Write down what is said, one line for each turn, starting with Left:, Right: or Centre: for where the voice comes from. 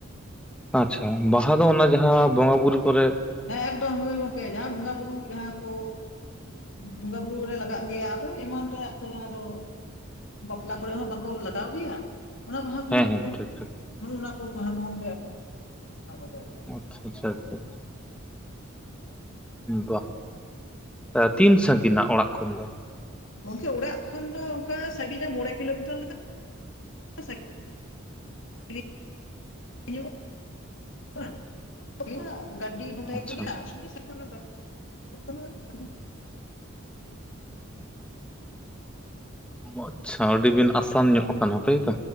Centre: ᱟᱪᱪᱷᱟ ᱵᱟᱦᱟ ᱫᱚ ᱚᱱᱟ ᱡᱟᱦᱟᱸ ᱵᱚᱸᱜᱟ ᱵᱩᱨᱩ ᱠᱚᱨᱮᱜ?
Left: ᱦᱮᱸ ᱮᱠᱰᱚᱢ ᱦᱳᱭ ᱜᱚᱝᱠᱮ ᱡᱟᱦᱟᱸ ᱵᱚᱸᱜᱟ ᱵᱩᱨᱩ ᱡᱟᱦᱟᱸ ᱠᱚ? ᱵᱚᱸᱜᱟ ᱵᱩᱨᱩ ᱨᱮ ᱞᱟᱜᱟᱜ ᱜᱮᱭᱟ ᱟᱫᱚ ᱮᱢᱟᱱ ᱛᱮᱭᱟᱜ ᱠᱚ ᱡᱟᱦᱟᱸ ᱫᱚᱼᱼ ᱵᱟᱯᱞᱟ ᱠᱚᱨᱮ ᱦᱚᱸ ᱵᱟᱠᱚ ᱞᱟᱜᱟᱣ ᱜᱮᱭᱟ, ᱚᱱᱟ ᱵᱟᱦᱟ ᱠᱚᱦᱚᱸ
Centre: ᱦᱮᱸ ᱦᱮᱸ
Left: <unintelligible>
Centre: ᱴᱷᱤᱠ ᱴᱷᱤᱠ
Left: ᱚᱱᱼᱚᱱᱟ ᱠᱚ ᱵᱟᱦᱟ ᱠᱚ <unintelligible> ᱚᱱᱟ ᱵᱟᱡᱟᱨ ᱨᱮ᱾
Centre: ᱟᱪᱪᱷᱟ ᱟᱪᱪᱷᱟ ᱟᱪᱪᱷᱟ᱾ ᱵᱟᱦ ᱛᱤᱱ ᱥᱟᱺᱜᱤᱱᱟ ᱚᱲᱟᱜ ᱠᱷᱚᱱ ᱫᱚ?
Left: ᱜᱚᱝᱠᱮ ᱚᱲᱟᱜ ᱠᱷᱚᱱ ᱰᱚ ᱚᱱᱠᱟ ᱥᱟᱺᱜᱤᱧᱟ ᱢᱚᱬᱮ ᱠᱤᱞᱳᱢᱤᱴᱟᱨ ᱞᱮᱠᱟ᱾ <unintelligible> <unintelligible> ᱜᱟᱰᱤ <unintelligible>
Centre: ᱟᱪᱪᱷᱟ
Left: <unintelligible> <unintelligible>
Centre: ᱟᱪᱪᱷᱟ ᱟᱹᱰᱤ ᱵᱤᱱ ᱟᱥᱟᱱ ᱧᱚᱜ ᱟᱠᱟᱱᱟ ᱛᱟᱹᱭᱛᱚ᱾